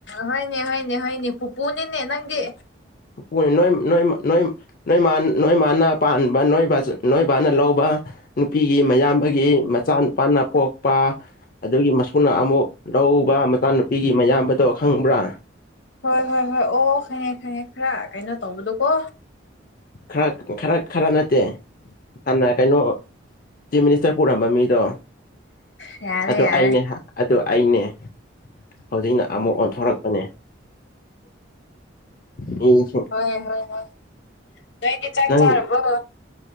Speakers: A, on the left; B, on the left.
A: ꯍꯣꯏꯅꯦ ꯍꯣꯏꯅꯦ ꯍꯣꯏꯅꯦ ꯄꯨꯄꯨꯅꯤꯅꯦ ꯅꯪꯗꯤ
B: ꯋꯣꯏ ꯅꯣꯏꯝ ꯅꯣꯏꯝ ꯅꯣꯏꯝ ꯅꯣꯏ ꯃꯥꯟ ꯅꯣꯏ ꯃꯥꯅ ꯄꯥꯟꯕ ꯅꯣꯏ ꯕꯥꯆ ꯅꯣꯏ ꯕꯥꯅ ꯂꯧꯕ ꯅꯨꯄꯤꯒꯤ ꯃꯌꯥꯝꯕꯒꯤ ꯃꯆꯥꯅꯨꯨꯄꯥꯅ ꯄꯣꯛꯄ ꯑꯗꯨꯒꯤ ꯃꯁꯨꯅ ꯑꯃꯨꯛ ꯂꯧꯕ ꯃꯆꯥ ꯅꯨꯨꯄꯤꯒꯤ ꯃꯌꯥꯝꯕꯗꯣ ꯈꯪꯕ꯭ꯔꯥ
A: ꯍꯣꯏ ꯍꯣꯏ ꯍꯣꯏ ꯑꯣ ꯈꯪꯉꯦ ꯈꯪꯉꯦ ꯈ꯭ꯔ ꯀꯩꯅꯣ ꯇꯧꯕꯗꯣꯀꯣ
B: ꯈ꯭ꯔ ꯈ꯭ꯔ ꯈ꯭ꯔ ꯅꯠꯇꯦ ꯍꯥꯟꯅ ꯀꯩꯅꯣ ꯆꯤꯞ ꯃꯤꯅꯤꯁꯇꯔ ꯄꯨꯔꯝꯕ ꯃꯤꯗꯣ
A: ꯌꯥꯔꯦ
B: ꯑꯗꯣ
A: ꯌꯥꯔꯦ
B: ꯑꯩꯅꯦ ꯍ ꯑꯗꯨ ꯑꯩꯅꯦ ꯍꯧꯖꯤꯛꯅ ꯑꯃꯨꯛ ꯑꯣꯟꯊꯣꯔꯛꯄꯅꯦ ꯃꯤꯁꯤꯡ
A: ꯍꯣꯢ ꯍꯣꯢ ꯍꯣꯢ ꯅꯣꯏꯗꯤ ꯆꯥꯛ
B: ꯅꯪ
A: ꯆꯥꯔꯕꯣ